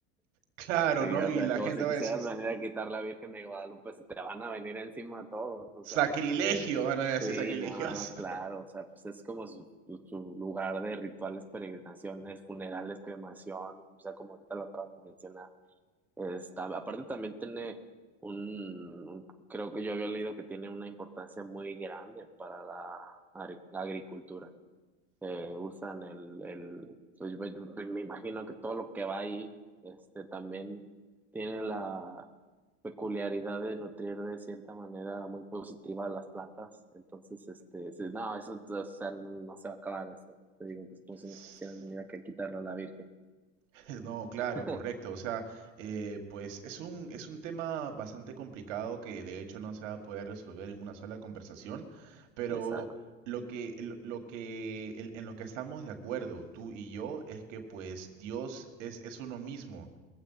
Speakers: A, on the right; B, in the centre.
A: Claro,
B: Sí,
A: ¿no?
B: o
A: Y
B: sea,
A: la
B: como
A: gente
B: si
A: va
B: quisieras
A: a decir,
B: venir a quitar la Virgen de Guadalupe, se te van a venir encima todos, o
A: sacrilegio,
B: sea,
A: van a decir
B: sí,
A: sacrilegios.
B: no, claro, o sea, pues es como su, su- su lugar de rituales, peregrinaciones, funerales, cremación, o sea, como ahorita lo acabas de mencionar. Está, aparte también tiene un, un- creo que yo había leído que tiene una importancia muy grande para la, agri- agricultura. Eh, usan el, el, pues, yo me yo me imagino que todo lo que va ahí, este, también tiene la peculiaridad de nutrir de cierta manera muy positiva a las plantas. Entonces, este, sí, no, eso, o sea, no, no se va a acabar eso. Te digo
A: <laughs>
B: que es como si nos quisieran venir aquí a quitarlo a la Virgen.
A: <laughs> No, claro,
B: <laughs>
A: correcto. O sea, eh, pues es un, es un tema bastante complicado que de hecho no se va a poder resolver en una sola conversación, pero
B: Exacto,
A: lo que, el- lo que, el- en lo que estamos de acuerdo, tú y yo, es que pues Dios es, es uno mismo.